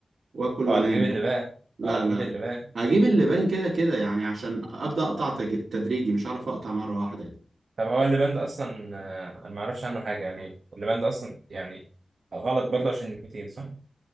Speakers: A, on the right; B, on the right.
A: واكل وانام
B: اوعى تجيب
A: يعني
B: اللي بقى
A: لا
B: اوعى تجيب
A: لا
B: اللي
A: لا
B: بقى
A: هجيب اللبان
B: <laughs>
A: كده كده يعني عشان ابدا اقطع تج- تدريجي مش هعرف اقطع مره واحده يعني.
B: طب هو اللي بند اصلا آه، انا ما اعرفش عنه حاجة يعني اللي بند اصلا يعني غلط برضه عشان النيكوتين صح؟